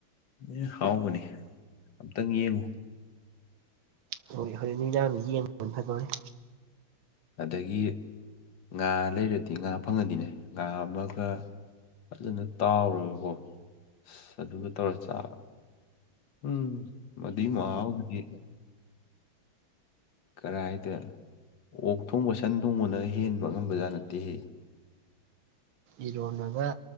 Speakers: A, on the left; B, on the right.
A: ꯂꯣꯏ ꯍꯥꯎꯕꯅꯤ ꯑꯝꯇꯪ ꯌꯦꯡꯉꯨ
B: ꯍꯣꯏ ꯍꯣꯔ‌ꯦꯟ ꯅꯨꯃꯤꯗꯥꯡ ꯌꯦꯡꯕꯅ ꯐꯗ‌ꯣꯔꯦ
A: ꯑꯗꯒꯤ ꯉꯥ ꯂꯩꯔꯗꯤ ꯉꯥ ꯐꯪꯉꯗꯤꯅꯦ ꯉꯥ ꯑꯃꯒ ꯐꯖꯅ ꯇꯥꯎꯔꯒꯀꯣ ꯑꯁ ꯑꯗꯨꯒ ꯇꯧꯔ ꯆꯥꯕ ꯎꯝ ꯃꯗꯨꯏ ꯃꯥꯍꯧꯗꯨꯗꯤ ꯀꯔꯥꯏꯗ ꯑꯣꯛ ꯊꯣꯡꯕ ꯁꯟ ꯊꯣꯡꯕꯅ ꯍꯦꯟꯕ ꯑꯉꯝꯕꯖꯥꯠ ꯅꯠꯇꯦꯍ‌ꯦ
B: ꯏꯔꯣꯟꯃꯒ